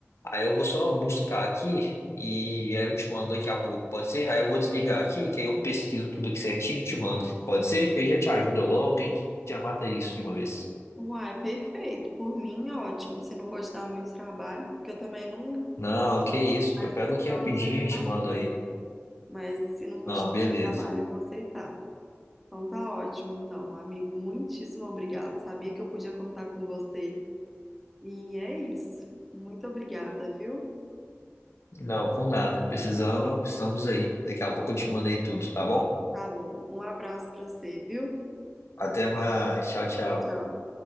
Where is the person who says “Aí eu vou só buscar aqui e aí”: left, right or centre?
Left